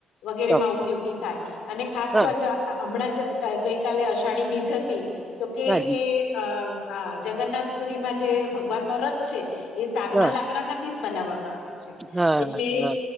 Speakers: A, on the left (about 85°); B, on the right (about 15°).
A: વગેરે
B: ચોક્કસ
A: માં ઉપયોગી થાય અને ખાસ
B: હા
A: તો જો હમણાં જ ગઈકાલે અષાઢી બીજ હતી તો કે
B: હાજી
A: કે અ જગન્નાથ પુરીમાં જે ભગવાન નો રથ છે એ સાગના
B: હા
A: લાકડા માંથી જ બનાવવામાં આવે છે.
B: હા
A: એટલે
B: હા